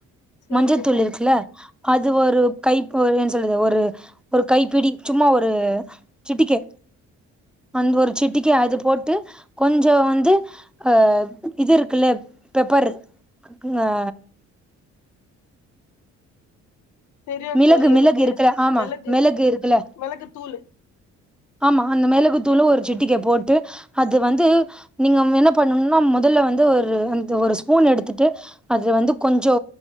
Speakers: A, on the left (about 75°); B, in the centre.
A: செரிங்க
B: மஞ்சள்த்தூள்
A: தோழி
B: இருக்குல்ல அது ஒரு கைப் ஓர் என் சொல்ரது ஒரு ஒரு கைப்பிடி சும்மா ஒரு சிட்டிக்கே அந் ஒரு சிட்டிக்கே அது போட்டு கொஞ்சோ வந்து அ இது இருக்குல்ல பெப்பர் குக்குயா
A: தெரியு
B: மிளகு
A: தோழி
B: மிளகு
A: எனக்கு
B: இருக்குல ஆமா
A: மெளகு
B: மிளகு இருக்குல
A: மெளகு தூளு
B: ஆமா அந்த மிளகு தூளு ஒரு சிட்டிக போட்டு அது வந்து நீங்கம் என்ன பண்ணும்னா மொதல்ல வந்து ஒரு அந்த ஒரு ஸ்பூன் எடுத்துட்டு அதுல வந்து கொஞ்சோ